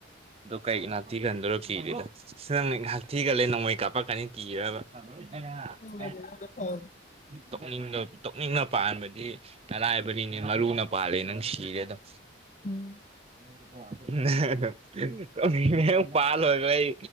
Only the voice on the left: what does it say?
ꯑꯣ <inaudible>
ꯎꯝ